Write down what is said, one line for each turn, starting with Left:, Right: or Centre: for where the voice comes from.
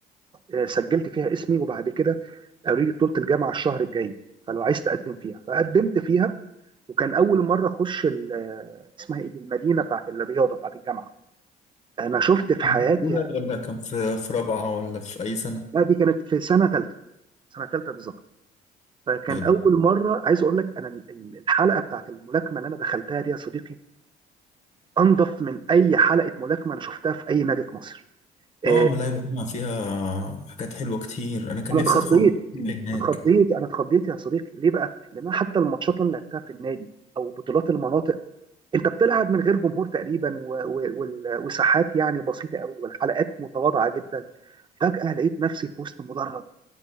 Right: آه، سجلت فيها اسمي وبعد كده قالوا لي بطولة الجامعة الشهر الجاي فلو عايز تقدم فيها فقدمت فيها وكان أول مرة أخش ال- آه، اسمها إيه دي المدينة بتاعت الرياضة بتاعت الجامعة أنا شفت في
Left: في
Right: حياتي
Left: أولى ولا كان في في رابعة ولا في أي سنة؟
Right: لا دي كانت في سنة تالتة سنة تالتة بالظبط فكان
Left: حلو
Right: أول مرة عايز أقول لك أنا ال- ال- الحلقة بتاعت الملاكمة اللي أنا دخلتها دي يا صديقي أنظف من أي حلقة ملاكمة أنا شفتها في أي نادي في مصر آه،
Left: اه ملاهي بسمع فيها حاجات حلوة كتير انا كان
Right: أنا
Left: نفسي
Right: اتخضيت
Left: ادخل اللي هناك
Right: اتخضيت أنا اتخضيت يا صديقي ليه بقى؟ لأن أنا حتى الماتشات اللي أنا لعبتها في النادي او بطولات المناطق انت بتلعب من غير جمهور تقريبا و- و- وال- وساحات يعني بسيطه قوي والحلقات متواضعه جدا فجاه لقيت نفسي في وسط مدرج